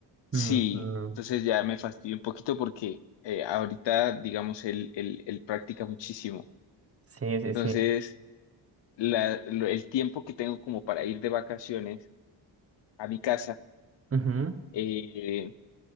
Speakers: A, on the left (about 70°); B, on the right (about 30°).
A: sí,
B: Ujú.
A: entonces ya me fastidio un poquito porque eh, ahorita, digamos, él, él- él practica muchísimo.
B: Sí, sí,
A: Entonces,
B: sí.
A: la- lo- el tiempo que tengo como para ir de vacaciones a mi casa,
B: Ujú.
A: eh,